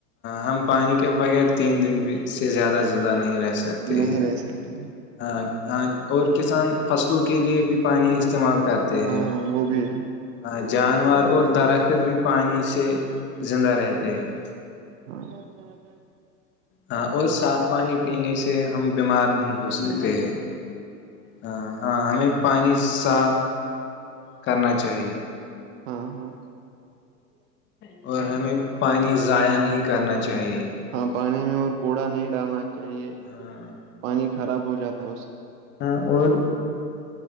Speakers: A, on the left; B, on the right.
A: ہم پانی کے بغیر تین دن بھی سے زیادہ زندہ نہیں رہ سکتے
B: نہیں
A: ہیں
B: رہ سکتے
A: ہ ہ اور کسان فصلوں کے لیے بھی پانی استعمال کرتے
B: ہاں
A: ہیں
B: وہ بھی ہے
A: جانور اور درخت بھی پانی سے ج زندہ رہتے ہیں
B: ہ ج ہ
A: ہاں اور صاف پانی پینے سے سے ہم بیمار نہیں ہو سکتے ہیں ہاں ہاں ہمیں پانی صاف کرنا چاہیے
B: ہاں ہاں
A: اور ہمیں پانی ضائع نہیں کرنا چاہیے
B: ہاں پانی میں اور کوڑا نہیں <inaudible> چاہیے
A: ہاں
B: پانی خراب ہو جاتا ہے اس سے
A: ہاں اور